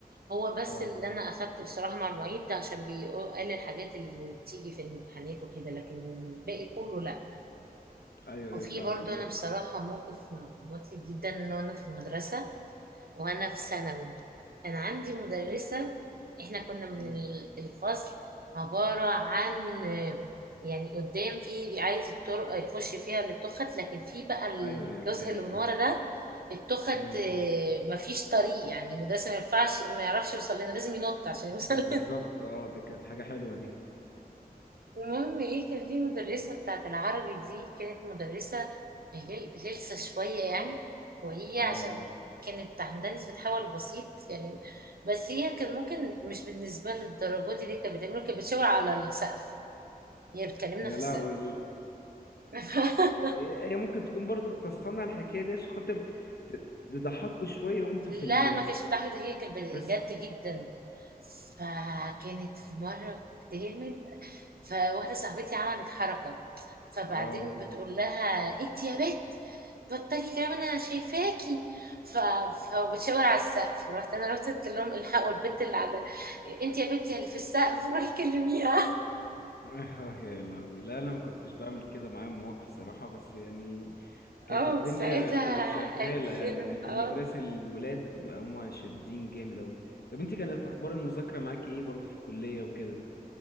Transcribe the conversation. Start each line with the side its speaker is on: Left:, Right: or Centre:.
Right: هو بس
Left: اه
Right: اللي انا اخدت بصراحة مع المعيد ده عشان بيقول قال الحاجات اللي بتيجي في الامتحانات وكده لكن الباقي كله لا
Left: ايوه
Right: وفي
Left: ايوه فاهمك
Right: برضه
Left: اهو
Right: انا بصراحة موقف مضحك جدا ان انا في المدرسة وانا في ثانوي كان عندي مدرسة احنا كنا من
Left: مم.
Right: ال- الفصل عبارة عن يعني قدام في عايز الطرق يخش فيها للتخت لكن في بقى الجزء
Left: ايوه ايوه فاهم
Right: اللي من ورا ده التخت
Left: مم.
Right: آه، مفيش طريق يعني المدرسة ما ينفعش ما يعرفش يوصل لنا لازم ينط عشان يوصل
Left: بالظبط اه دي كانت حاجه حلوه دي
Right: المهم ايه كان في مدرسة بتاعت العربي دي كانت مدرسة غل- غلسة شوية يعني وهي
Left: اه
Right: عشان كانت عندها نسبة حول بسيط يعني بس هي كان ممكن مش بالنسبة للدرجة دي اللي كانت بتعمله كانت بتشاور على السقف هي بتكلمنا
Left: يا
Right: في
Left: لهوي
Right: السقف
Left: ال-
Right: <laughs>
Left: هي هي ممكن تكون برضو بتصنع الحكايه دي عشان خاطر ت- تضحكوا شويه وانتوا
Right: لا
Left: في ال
Right: ما كانش بتضحك ده هي كانت بجد
Left: حس
Right: جدا فكانت في مرة بتعمل فواحدة صاحبتي عملت حركة فبعدين
Left: اه
Right: بتقول لها انت يا بت بطلي كلام انا شايفاكي ف... فبتشاور على السقف رحت انا رحت قلت لهم الحقوا البت اللي على انت يا بت يا اللي في السقف روحي كلميها
Left: <laughs> يا لهوي لا انا ما كنتش بعمل كده معايا مواقف صراحه بس يعني
Right: <laughs>
Left: كانت
Right: اه
Left: الدنيا
Right: ساعتها
Left: كوي شغاله
Right: قالت
Left: يعني
Right: لنا
Left: ان في
Right: اه
Left: المدرسه الولاد بتبقى هما شادين جامد اوي طب انت كانت اخبار المذاكره معاكي ايه برضو في الكليه وكده